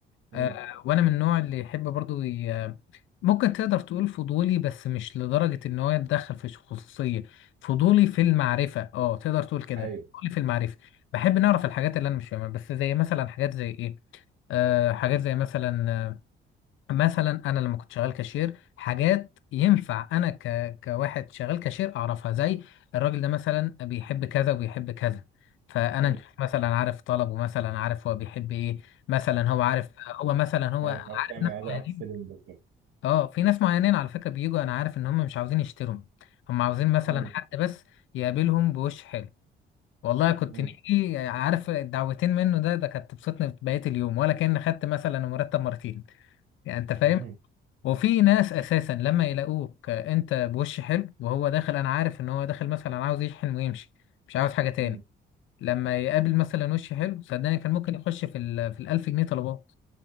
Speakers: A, on the right; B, on the left.
A: امم
B: آه، وانا من النوع اللي يحب برضو ي... ممكن تقدر تقول فضولي بس مش لدرجة ان هو يتدخل في الخصوصية فضولي في المعرفة اه تقدر تقول كده
A: ايوه
B: فضولي في المعرفة بحب نعرف الحاجات اللي انا مش فاهمها بس زي مثلا حاجات زي ايه آه حاجات زي مثلا مثلا انا لما كنت شغال كاشير حاجات ينفع انا ك... كواحد شغال كاشير اعرفها زي الراجل ده مثلا بيحب كذا وبيحب كذا فانا
A: امم
B: مثلا عارف طلبه مثلا عارف هو بيحب ايه مثلا هو عارف هو مثلا هو
A: يعني
B: أنا
A: تعرف
B: عارف
A: تعمل
B: ناس
A: عليه
B: معينين
A: اب سيلينج وكده
B: اه في ناس معينين على فكرة بيجوا انا عارف ان هم مش عاوزين يشتروا هم عاوزين مثلا
A: امم
B: حد بس يقابلهم بوش حلو والله كنت
A: امم
B: نيجي عارف الدعوتين منه ده ده كانت تبسطني بقية اليوم ولا كأن خدت مثلا مرتب مرتين يعني انت فاهم
A: <laughs>
B: وفي ناس اساسا لما يلاقوك انت بوش حلو وهو داخل انا عارف ان هو داخل مثلا عاوز يشحن ويمشي مش عاوز حاجه تاني
A: امم
B: لما يقابل مثلا وش حلو صدقني كان ممكن يخش في ال في الالف جنيه طلبات